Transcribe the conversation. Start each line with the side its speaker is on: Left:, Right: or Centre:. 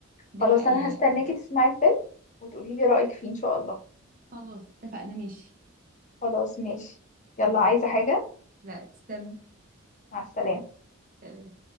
Right: ده
Left: خلاص
Right: حقيقي
Left: أنا هستناكي تسمعي الفيلم وتقولي لي رأيك فيه إن شاء الله
Right: خلاص اتفقنا ماشي
Left: خلاص ماشي يلا
Right: يلا
Left: عايزة حاجة
Right: لا تسلمي
Left: مع السلامة
Right: سلام.